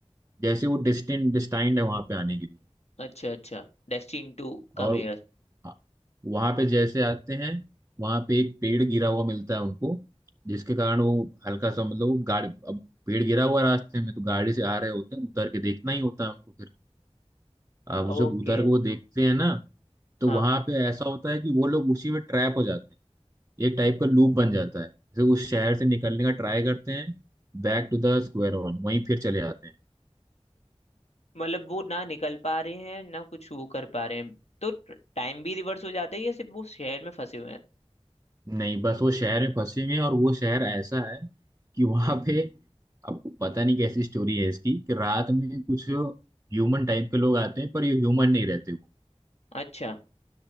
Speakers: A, on the right; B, on the left.
A: जैसे वो डेस्टिन डिस्टाइंड है वहाँ पे आने के लिए
B: अच्छा अच्छा destine to
A: और
B: come here
A: हाँ, वहाँ पे जैसे आते हैं वहाँ पे एक पेड़ गिरा हुआ मिलता है उनको जिसके कारण वो हल्का सा मतलब वो गाड़ी अब पेड़ गिरा हुआ रास्ते में तो गाड़ी से आ रहे होते हैं उतर के देखना ही होता है उनको फिर अब
B: Okay
A: जब उतर के वो देखते हैं ना तो
B: हाँ
A: वहां पे ऐसा होता है कि वो लोग उसी में ट्रैप हो जाते हैं एक टाइप का लूप बन जाता है जैसे उस शहर से निकलने का ट्राई करते हैं back to the square one वहीं फिर चले जाते हैं
B: मतलब वो ना निकल पा रहे हैं ना कुछ वो कर पा रहे हैं तो टाइम भी रिवर्स हो जाता है या सिर्फ वो शहर में फंसे हुए हैं
A: नहीं बस वो शहर में फंसे हुए हैं और वो शहर ऐसा है कि वहां पे अब पता नहीं कैसी स्टोरी है इसकी कि रात में कुछ ह्यूमन टाइप के लोग आते हैं पर ये ह्यूमन नहीं रहते वो
B: अच्छा